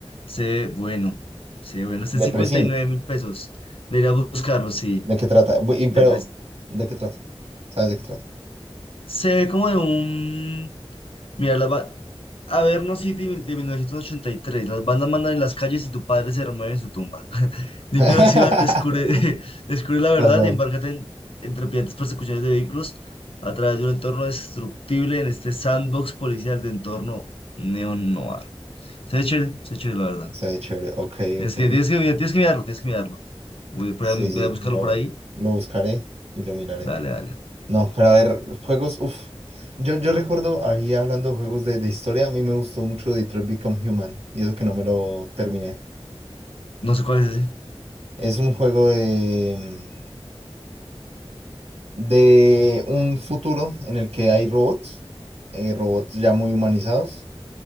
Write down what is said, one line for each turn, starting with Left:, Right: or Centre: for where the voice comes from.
Left: Se ve bueno. Se ve bueno. Está en
Right: De
Left: cincuenta
Right: Precinct.
Left: y nueve mil pesos. Debería buscarlo, sí.
Right: ¿De qué trata? Bu- y- pero,
Left: De Pre-
Right: ¿de qué trata? ¿Sabes de qué trata?
Left: Se ve como de un... Mira, las ba- Averno City mil- de mil novecientos ochenta y tres Las bandas mandan en las calles y tu padre se remueve en su tumba. <laughs>
Right: <laughs>
Left: Limpia la ciudad, descubre, <laughs> descubre la verdad
Right: Casual.
Left: y embárcate en, en trepidantes persecuciones de vehículos a través de un entorno destructible en este sandbox policial de entorno neo-noir. Se ve chévere, se ve chévere, la verdad.
Right: Se ve chévere. Ok,
Left: Tienes
Right: ok.
Left: que, tienes que, mirar- tienes que mirarlo, tienes que mirarlo. Voy a, por
Right: Sí,
Left: ahí-
Right: sí,
Left: voy a buscarlo
Right: lo,
Left: por ahí.
Right: lo buscaré y lo miraré.
Left: Dale, dale.
Right: No, pero a ver, juegos, uff. Yo, yo recuerdo ahí hablando de juegos de, de historia, a mí me gustó mucho Detroit Become Human, y eso que no me lo terminé.
Left: No sé cuál es ese.
Right: Es un juego de, mm, de un futuro en el que hay robots, eh, robots ya muy humanizados,